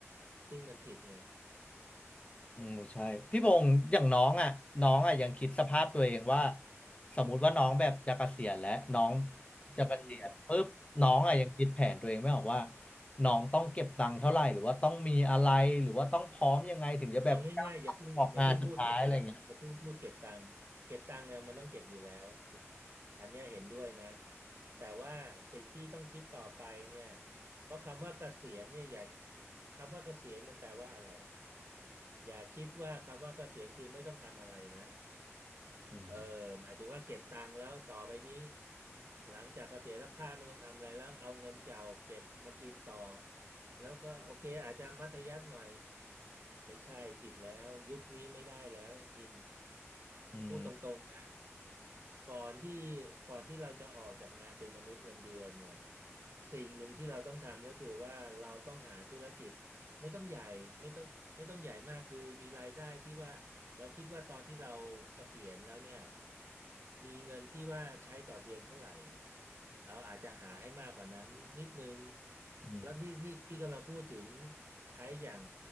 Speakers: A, on the right; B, on the left.
A: ซึ่งมันผิดไง
B: อืมใช่พี่พงศ์อย่างน้องอ่ะน้องอ่ะยังคิดสภาพตัวเองว่าสมมุติว่าน้องแบบจะเกษียณแล้วน้อง
A: อืม
B: จะเกษียณปุ๊บน้องอ่ะยังคิดแผนตัวเองไม่ออกว่า
A: ครับ
B: น้องต้องเก็บตังค์เท่าไหร่หรือว่าต้องมีอะไรหรือว่าต้องพร้อมยังไงถึงจะแบบ
A: เอาง่ายๆอย่าเพิ่งอย่าเพิ่งพูดเก็บตังค์อย่าเพิ่งพูดเก็บตังค์เก็บตังค์เนี่ยมันต้องเก็บอยู่แล้วถูก
B: ออกงานสุดท้ายอะไรอย่างเงี้ย
A: อันเนี้ยเห็นด้วยนะแต่ว่าสิ่งที่ต้องคิดต่อไปเนี่ยเพราะคำว่าเกษียณเนี่ยอย่าคำว่าเกษียณมันแปลว่าอะไรอย่าคิดว่าคำว่าเกษียณคือไม่ต้องทำอะไรนะ
B: อืม
A: เออหมายถึงว่าเก็บตังค์แล้วต่อไปนี้หลังจากเกษียณแล้วข้าไม่ต้องทำอะไรแล้วเอาเงินเก่าเก็บมากินต่อแล้วก็โอเคอาจจะมัธยัสถ์หน่อย ไม่ใช่ผิดแล้วยุคนี้ไม่ได้แล้วพิมพ์
B: อืม
A: พูดตรงๆนะก่อนที่ก่อนที่เราจะออกจากงานเป็นมนุษย์เงินเดือนเนี่ยสิ่งหนึ่งที่เราต้องทำก็คือว่าเราต้องหาธุรกิจไม่ต้องใหญ่ไม่ต้องไม่ต้องใหญ่มากคือมีรายได้ที่ว่าเราคิดว่าตอนที่เราเกษียณแล้วเนี่ยมีเงินที่ว่าใช้ต่อเดือนเท่าไหร่ เราอาจจะหาให้มากกว่านั้นนิดนึง
B: อืม
A: แล้วนี่นี่พี่กำลังพูดถึงใช้อย่าง